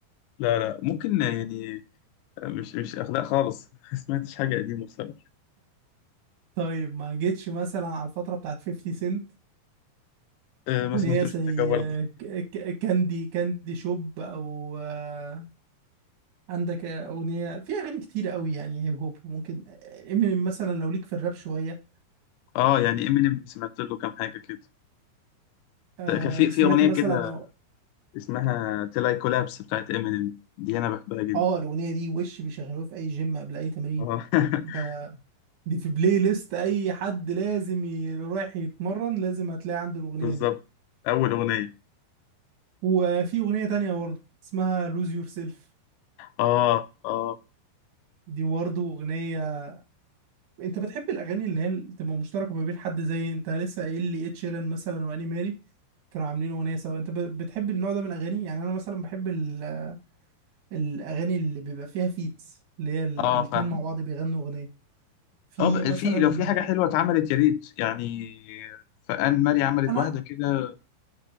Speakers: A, on the left (about 85°); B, on the right (about 70°).
A: لا لا ممكن يعني مش مش اخلاق خالص <laughs> ما سمعتش حاجة قديمة بصراحة
B: طيب ما جيتش مثلا على الفترة بتاعت 50 سنت
A: أه
B: أغنية
A: ما سمعتوش
B: زي
A: حاجة برضه
B: آه، ك- ك- كاندي كاندي شوب أو آه، عندك آه، أغنية في أغاني كتير قوي يعني هيب هوب ممكن امينيم مثلا لو ليك في الراب شوية
A: اه يعني امينيم سمعت له كام حاجة كده
B: آه،
A: كان في
B: سمعت
A: في اغنية
B: مثلا
A: كده
B: اه
A: اسمها تلاي كولابس بتاعت امينيم دي انا بحبها جدا
B: آه، الأغنية دي وش بيشغلوها في أي جيم قبل أي تمرين
A: اه <laughs>
B: ده دي في بلاي ليست أي حد لازم ي- رايح يتمرن لازم هتلاقي عنده الأغنية
A: بالظبط
B: دي
A: اول اغنية
B: وفي أغنية تانية برضه اسمها لوز يور سيلف
A: اه اه
B: دي برضه أغنية انت بتحب الاغاني اللي هي اللي تبقى مشتركه ما بين حد زي انت لسه قايل لي اد شيران مثلا واني ماري كانوا عاملين اغنيه سوا انت ب- بتحب النوع ده من الاغاني يعني انا مثلا بحب ال- الاغاني اللي بيبقى فيها فيتس اللي هي ال-
A: اه
B: الاتنين مع بعض بيغنوا اغنيه في
A: اه بقى
B: مثلا
A: في لو في حاجة حلوة اتعملت يا ريت يعني فان مالي عملت
B: انا
A: واحدة كده